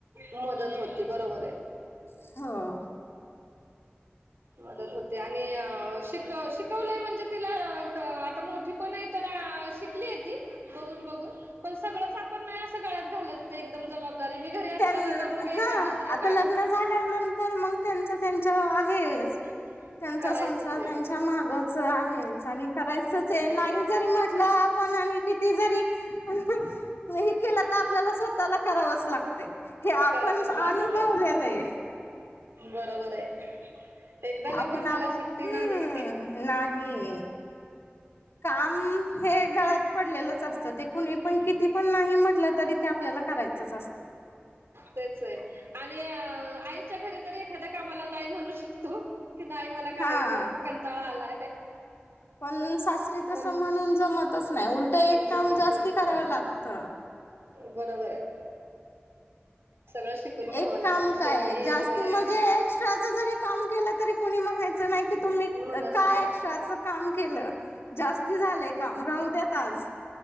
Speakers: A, on the right (about 70°); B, on the left (about 75°).
A: मदत होती बरोबर आहे.
B: हो,
A: मदत होते आणि शिक शिकवलंय म्हणजे तिला आता मोठी पण नाही तर शिकली ती बघून-बघून पण सगळच आपण नाही गळ्यात घालत नाही एकदम जबाबदारी मी घरी असल्यावर
B: त्यां
A: मग
B: हा
A: दुसरं
B: आता
A: काम
B: लग्न झाल्यानंतर मग त्यांच त्यांच आहे.
A: <unintelligible>
B: त्यांचा
A: करायचंच
B: संसार
A: आहे
B: त्यांच्या मागच आहे आणि करायचच आहे
A: हो
B: नाही जरी म्हटलं आपण आणि किती जरी हे केलं तर आपल्याला स्वतःला करावंच लागत. हे आपणच
A: करावंच
B: अनुभवलेलं
A: लागतंय
B: आहे.
A: बरोबर आहे. एकदा लग्न
B: आपण
A: झाल्यावर
B: आप
A: सुट्टी
B: हम्म
A: नाही.
B: नाही काम हे गळ्यात पडलेलंच असतं ते कुणी पण, किती पण नाही म्हटलं तरी ते आपल्याला करायचं. असत ते
A: तेच आहे. आणि आईच्या घरी तरी एखाद्या कामाला नाही म्हणू शकतो. कि नाही मला कारायचं
B: हा
A: कंटाळा आलाय.
B: पण सासरी तसं
A: पण
B: म्हणून जमतच नाही उलट एक काम
A: जमतच
B: जास्ती
A: नाही
B: करावं लागत.
A: बरोबर आहे. सगळं शिकून घ्यावं
B: एक
A: लागतं
B: काम
A: शेती
B: काय जास्ती
A: वगैरे
B: म्हणजे एक्स्ट्राच जरी काम केलं तरी कोणी म्हणायचं नाही की, तुम्ही
A: म्हणत
B: काय
A: नाही
B: एक्स्ट्राच काम केलं. जास्ती झालंय काम राहू देत आज